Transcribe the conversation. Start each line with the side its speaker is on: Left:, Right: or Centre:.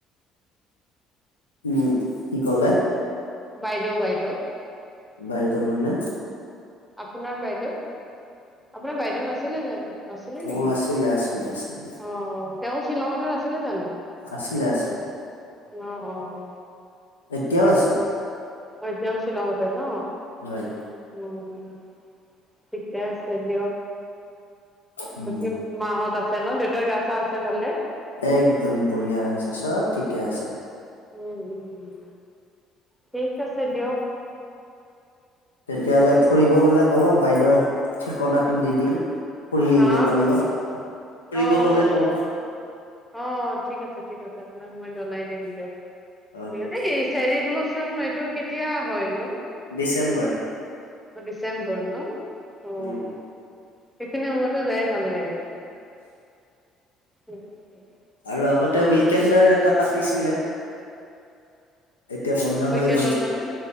Left: উম কি ক'লে
Centre: বাইদেউ বাইদেউ
Left: বাইদেউ মানে
Centre: আপোনাৰ বাইদেউ আপোনাৰ বাইদেউ নাছিলে জানো নাছিলে
Left: অ',
Centre: নেকি
Left: আছিলে, আছিলে, আছিলে,
Centre: অ অ তেওঁ শ্বিলঙতে নাছিলে জানো।
Left: আছিলে আছিলে
Centre: অ অ অ
Left: এতিয়াও আছে।
Centre: হয় তেওঁ শ্বিলঙতে ন।
Left: হয়,
Centre: উম ' ঠিকে আছে দিয়ক,
Left: উম।
Centre: বাকী মাহঁত আছে ন দেউতাৰ গা চা আছে আছে ভালে।
Left: একদম বঢ়িয়া আছোঁ চব ঠিকে আছে।
Centre: উম উম উম ঠিক আছে দিয়ক।
Left: তেতিয়াহ'লে ফুৰিব গ'লে ক'ব বাইদেউ ঠিকনাটো দি দিম। ফুৰি আহিব
Centre: হা
Left: পাৰিবা। ফুৰিব
Centre: অ
Left: গলে
Centre: অ
Left: কব। উ <inaudible>
Centre: অ ', ঠিক আছে - ঠিক আছে আপোনাক মই জনাই দিম দিয়ক।
Left: অ'কে
Centre: হেৰী চেৰিব্লো চ এইটো কেতিয়া হয় নো।
Left: ডিচেম্বৰ
Centre: ডিছেম্বৰ ন অহ
Left: উম।
Centre: ', সেইখিনি সময়তো যায় ভাল লাগে। উম', উম ',
Left: আৰু আগতে ৱিকেণ্ডৰ এটা পাতিছিলে। এতিয়া বন্ধ
Centre: উইকেণ্ডত
Left: হৈ গ'ল।
Centre: মানে